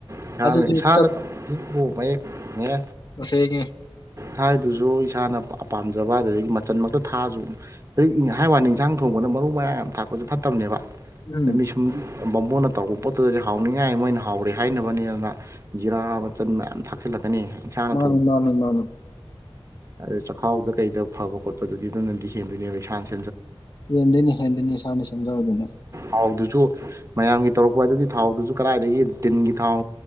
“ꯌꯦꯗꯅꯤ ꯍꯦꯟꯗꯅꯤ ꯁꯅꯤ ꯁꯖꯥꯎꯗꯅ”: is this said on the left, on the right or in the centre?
Left